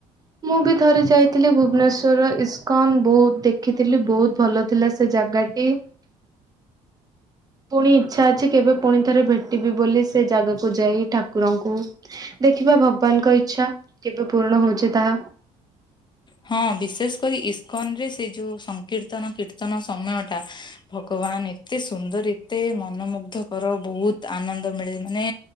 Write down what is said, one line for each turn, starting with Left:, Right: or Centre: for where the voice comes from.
Right: ମୁଁ ବି ଥରେ ଯାଇଥିଲି ଭୁବନେଶ୍ଵର ଇସ୍କନ ବହୁତ ଦେଖିଥିଲି। ବହୁତ ଭଲ ଥିଲା ସେ ଜାଗାଟି। ପୁଣି ଇଚ୍ଛା ଅଛି କେବେ ପୁଣି ଥରେ ଭେଟିବି ବୋଲି ସେ ଜାଗାକୁ ଯାଇ ଠାକୁରଙ୍କୁ। ଦେଖିବା ଭଗବାନଙ୍କ ଇଚ୍ଛା କେବେ ପୂରଣ ହଉଛି ତାହା
Left: ହଁ ବିଶେଷ କରି ଈ କନ ରେ ସେ ଯୋଉ ସଂକୀର୍ତ୍ତନ କୀର୍ତ୍ତନ ସମୟଟା ଭଗବାନ ଏତେ ସୁନ୍ଦର ଏତେ ମନମୁଗ୍ଧକର ବହୁତ ଆନନ୍ଦ ମିଳେ ମାନେ